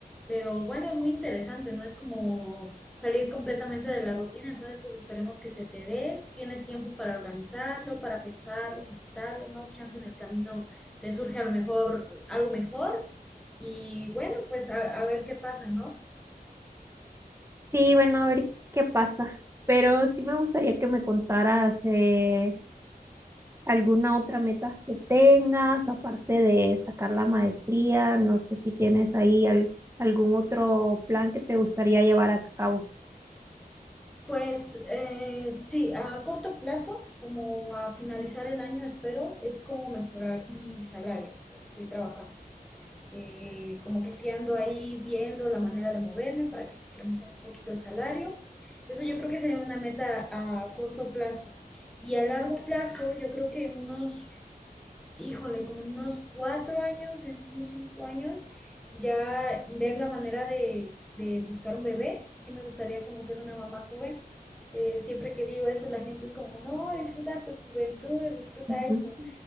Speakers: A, in the centre; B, on the right (about 15°).
A: pero bueno, es muy interesante, ¿no? Es como salir completamente de la rutina, entonces pues esperemos que se te dé, tienes tiempo para organizarlo, para pensarlo, meditarlo, ¿no? Chance en el camino te surge a lo mejor algo mejor y bueno, pues a, a ver qué pasa, ¿no?
B: Sí, bueno, a ver qué pasa, pero sí me gustaría que me contaras eh, alguna otra meta que tengas, aparte de sacar la maestría, no sé si tienes ahí al- algún otro plan que te gustaría llevar a cabo.
A: Pues eh, sí, a corto plazo, como a finalizar el año, espero, es como mejorar mi salario donde estoy trabajando. Eh, como que si ando ahí viendo la manera de moverme para que me incrementen un poquito el salario. Eso yo creo que sería una meta a corto plazo. Y a largo plazo, yo creo que en unos híjole, como en unos cuatro años, en unos cinco años, ya ver la manera de, de buscar un bebé. Sí me gustaría como ser una mamá joven. Eh, siempre que digo eso, la gente es como, no, disfruta tu juventud, disfruta
B: Ujú.
A: esto.